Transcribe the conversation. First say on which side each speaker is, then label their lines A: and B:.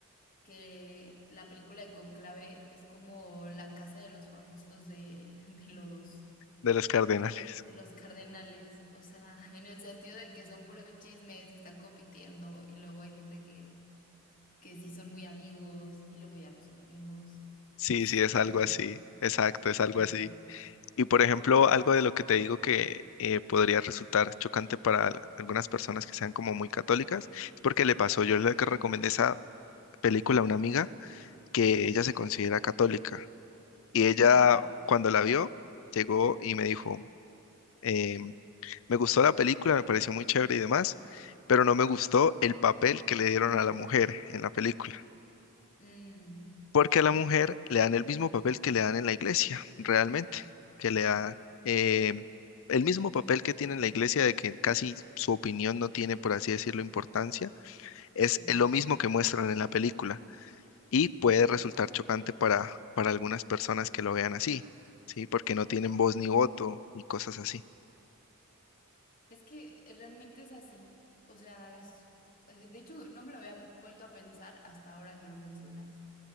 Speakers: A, on the left; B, on the left.
A: que la película de Conclave es como la casa de los famosos de, <laughs> de los,
B: de los cardenales.
A: de
B: <laughs>
A: los cardenales, o sea, en el sentido de que son puros chismes y están compitiendo y luego hay gente que, que sí son muy amigos y luego ya no son amigos.
B: Sí,
A: Es,
B: sí, es
A: es
B: algo
A: algo
B: así.
A: así.
B: Exacto, es
A: Ok.
B: algo así. Y por ejemplo, algo de lo que te digo que eh, podría resultar chocante para al- algunas personas que sean como muy católicas, es porque le pasó, yo le recomendé esa película a una amiga que ella se considera católica. Y
A: Ujú.
B: ella, cuando la vio, llegó y me dijo, em, me gustó la película, me pareció muy chévere y demás, pero no me gustó el papel que le dieron a la mujer en la película.
A: Mm,
B: Porque a la mujer le dan el mismo papel que le dan en la iglesia, realmente, que le da em, el mismo papel que tiene en la iglesia de que casi su opinión no tiene, por así decirlo, importancia, es
A: sí.
B: lo mismo que muestran en la película. y puede resultar chocante para, para algunas personas que lo vean así, ¿sí? Porque no tienen voz ni voto y cosas así.
A: Es que realmente es así. O sea, es... eh, De hecho, no me lo había vuelto a pensar hasta ahora que lo mencionas,